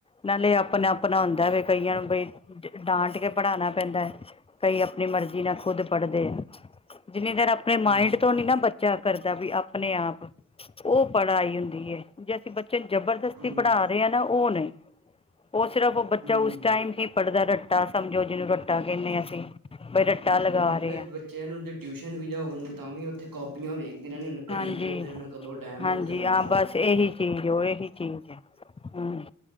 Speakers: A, on the left; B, on the right.
A: ਨਾਲੇ ਆਪ ਆਪਣਾ-ਆਪਣਾ ਹੁੰਦਾ
B: ਹਾਂ
A: ਵੇ ਕਈਆਂ ਨੂੰ ਬਈ, ਡਾਂਟ ਕੇ ਪੜ੍ਹਾਉਣਾ ਪੈਂਦਾ ਏ ਕਈ ਆਪਣੀ ਮਰਜ਼ੀ ਨਾਲ ਖੁਦ ਪੜ੍ਹਦੇ ਜਿੰਨੀ ਦੇਰ ਆਪਣੇ ਮਾਇੰਡ
B: ਹੂੰ
A: ਤੋਂ ਨੀ ਨਾ ਬੱਚਾ ਕਰਦਾ ਵੀ ਆਪਣੇ ਆਪ ਉਹ ਪੜ੍ਹਾਈ ਹੁੰਦੀ ਹੈ। ਜੇ ਅਸੀਂ ਬੱਚੇ ਨੂੰ ਜਬਰਦਸਤੀ
B: ਹੂੰ
A: ਪੜ੍ਹਾ ਰਹੇ ਹਾਂ ਨਾ ਉਹ ਨਹੀਂ ਉਹ ਸਿਰਫ ਉਹ ਬੱਚਾ
B: ਹੂੰ
A: ਉਸ ਟਾਈਮ ਟਮ ਹੀ ਪੜ੍ਹਦਾ ਰੱਟਾ ਸਮਝੋ ਜਿਹਨੂੰ ਰੱਟਾ ਕਹਿੰਦੇ ਆਂ ਅਸੀਂ, ਬਈ ਰੱਟਾ ਲਗਾ
B: ਉਹੀ
A: ਰਹੇ
B: ਫੇਰ
A: ਹਾ
B: ਬੱਚਿਆਂ ਨੂੰ ਜੇ ਟਿਊਸ਼ਨ ਵੀ ਜਾਓ ਉਹਨੁ ਤਾਂ ਵੀ ਉੱਥੇ ਕੋ ਕਾਪੀਆਂ ਵੇਖਦੇ ਰਹਿਨਾ,
A: ਹਾਂਜੀ
B: ਘੜੀ ਵੇਖਦੇ ਨੇ ਕਦੋਂ ਟਾਈਮ
A: ਹਾਂਜੀ
B: ਹੋਏ ਤਾਂ ਮੈਂ ਨਿਕਲਾਂ
A: ਹਾਂ ਬਸ ਇਹੀ ਚੀਜ਼ ਉਹ ਇਹੀ ਚੀਜ਼ ਹੈ ਹਮ,